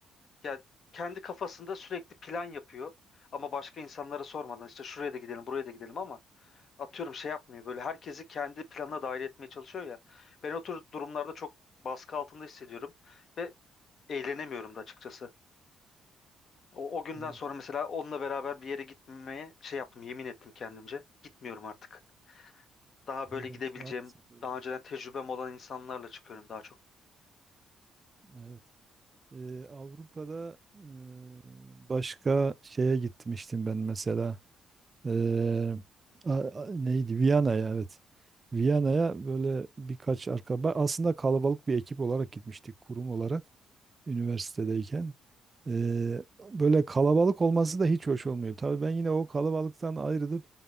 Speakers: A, on the left; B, on the right.
A: Ya kendi kafasında sürekli plan yapıyor. Ama başka insanlara sormadan işte şuraya da gidelim, buraya da gidelim ama atıyorum şey yapmıyor. Böyle herkesi kendi planına dahil etmeye çalışıyor ya. Ben o tür durumlarda çok baskı altında hissediyorum ve eğlenemiyorum da açıkçası. O, o günden
B: evet,
A: sonra mesela onunla beraber bir yere gitmemeye şey yaptım, yemin ettim kendimce. Gitmiyorum artık. Daha böyle
B: <laughs>
A: gidebileceğim,
B: evet, maalesef öyle.
A: daha önceden tecrübem olan insanlarla çıkıyorum daha çok.
B: Evet. Ee, Avrupa'da e, başka şeye gitmiştim ben mesela. Eee, a- a- neydi? Viyana'ya evet. Viyana'ya böyle birkaç arkadaş aslında kalabalık bir ekip olarak gitmiştik kurum olarak üniversitedeyken. Eee, böyle kalabalık olması da hiç hoş olmuyor. Tabii ben yine o kalabalıktan ayrılıp